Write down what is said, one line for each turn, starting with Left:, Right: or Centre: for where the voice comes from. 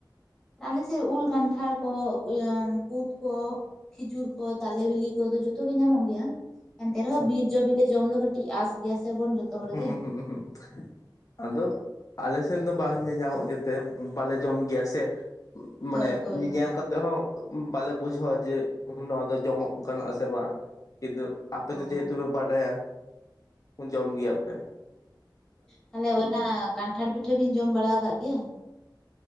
Centre: ᱟᱞᱮ ᱥᱮᱫ ᱩᱞ ᱠᱟᱱᱴᱷᱟᱲ ᱠᱚ ᱤᱭᱟ. ᱠᱩᱛ ᱠᱚ ᱠᱷᱤᱡᱩᱨ ᱠᱚ ᱛᱟᱞᱮ ᱵᱤᱞᱤ ᱠᱚᱫᱚ ᱡᱚᱛᱚ ᱜᱮ ᱧᱟᱢᱚᱜ ᱜᱮᱭᱟ ᱮᱱᱛᱮ ᱨᱮᱦᱚᱸ
Left: ᱟᱪᱪᱷᱟ
Centre: ᱵᱤᱨ ᱡᱚ ᱵᱮᱞᱮ ᱡᱚᱢ ᱫᱚ ᱠᱟᱹᱴᱤᱡ ᱟᱸᱥ ᱜᱮᱭᱟ ᱥᱮᱵᱚᱱ ᱡᱚᱛᱚ ᱦᱚᱲ
Left: ᱦᱩᱸ
Centre: ᱜᱮ
Left: ᱦᱩᱸ ᱦᱩᱸ ᱟᱫᱚ ᱟᱞᱮ ᱥᱮᱱ ᱫᱚ ᱵᱟᱝ ᱧᱮᱧᱟᱢᱚᱜ ᱜᱮᱛᱮ ᱵᱟᱞᱮ ᱡᱚᱢ ᱜᱮᱭᱟ ᱥᱮ
Centre: ᱦᱳᱭ
Left: ᱢᱟᱱᱮ
Centre: ᱦᱳᱭ
Left: ᱧᱮ
Centre: ᱦᱳᱭ
Left: ᱧᱮᱞ ᱠᱟᱛᱮ ᱛᱮᱦᱚᱸ ᱵᱟᱞᱮ ᱵᱩᱡᱷᱟᱹᱣᱟ ᱡᱮ ᱱᱚᱣᱟ ᱫᱚ ᱡᱚᱢᱚᱜ ᱜᱟᱱᱚᱜ-ᱟ ᱥᱮ ᱵᱟᱝ ᱠᱤᱱᱛᱩᱼᱼ ᱟᱯᱮ
Centre: ᱦᱳᱭ᱾
Left: ᱫᱚ ᱡᱮᱦᱮᱛᱩ ᱯᱮ ᱵᱟᱰᱟᱭᱟ ᱡᱚᱢ ᱜᱮᱭᱟ ᱯᱮ
Centre: ᱛᱟᱦᱞᱮ ᱚᱱᱟ ᱠᱟᱱᱴᱷᱟᱲ ᱯᱤᱴᱷᱟᱹ ᱵᱤᱱ ᱡᱚᱢ ᱵᱟᱲᱟ ᱟᱠᱟᱫ ᱜᱮᱭᱟ?